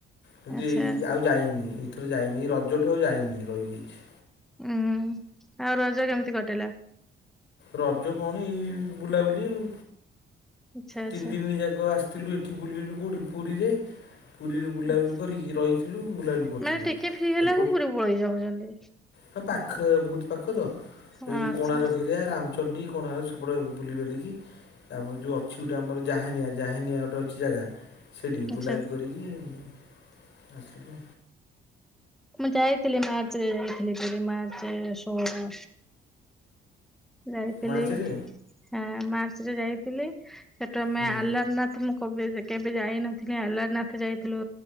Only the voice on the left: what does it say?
କିନ୍ତୁ
ଏଇ ଆଉ ଯାଇନି ଏଥରେ ଯାଇନି ରଜଠୁ ଆଉ ଯାଇନି ରହିିଯାଇଛି।
ରଜ କଣ ଏଇ ବୁଲାବୁଲି ଆଉ
ତିନି
ଦିନ ଯାକ ଆସିଥିଲୁ ଏଠି ବୁଲିଲୁ କଉଠି ପୁରୀରେ ପୁରୀରେ ବୁଲାବୁଲି
କରିକି ରହିଥିଲୁ ବୁଲାବୁଲି କରୁଥିଲୁ
ଏପ
ହଁ ପାଖ ବହୁତ ପାଖ ତ
ଏଇ
କୋଣାର୍କ ଏରିଆ ରାମଚ ଚଣ୍ଡୀ କୋଣାର୍କ ସେପଟେ ବୁଲିିବାଲିକି ତାପରେ ଯଉ ଅଛି ଯଉଟା ଆମର ଜାହାନିଆ ଜାହାନିଆ ଗୋଟେ ଅଛି ଜାଗା ସେଇଠିକି ବୁଲାବୁଲି
କରିକି ହୁଁ।
ମାର୍ଚ୍ଚରେ
ହୁଁ।